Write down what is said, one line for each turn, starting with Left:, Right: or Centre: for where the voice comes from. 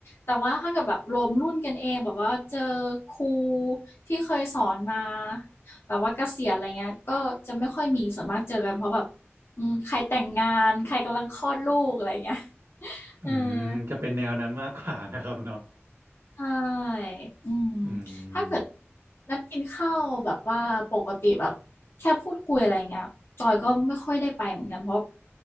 Left: แต่ว่าถ้าเกิดแบบรวมรุ่นกันเองแบบว่าเจอครูที่เคยสอนมาแบบว่าเกษียณอะไรเงี้ยก็จะไม่ค่อยมีส่วนมากเจอกันเพราะแบบมใครแต่งงานใครกำลังคลอดลูกอะไรเงี้ย
Right: อืมจะเป็นแนวนั้นมากกว่านะครับเนาะ
Left: เออ ใช่อืม
Right: อื
Left: ถ้าเกิด
Right: ม
Left: นัดกินข้าวแบบว่าปกติแบบแค่พูดคุยอะไรเงี้ยจอยก็ไม่ค่อยได้ไปเหมือนกันเพราะ